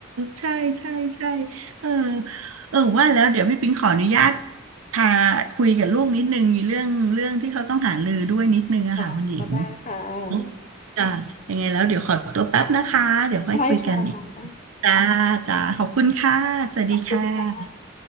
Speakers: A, on the right; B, on the left.
A: ใช่ใช่ใช่
B: ขอ
A: เออเออว่าแล้วเดี๋ยวพี่ปิ๊งขออนุญาตพาคุยกับลูกนิดนึงมีเรื่องเรื่องที่เขาต้องหารือด้วยนิดนึงอะค่ะคุณหญิง
B: งก็ได้ค่ะไ
A: เนาะ
B: ด
A: จ้ะยังไงแล้วเดี๋ยวขอตัวแป๊บนะคะเดี๋ยวค่อยคุยกันอีก
B: ้ค่ะ
A: จ้าจ้าขอบคุณค่ะสวัสดีค่ะ
B: ขอบคุณค่ะ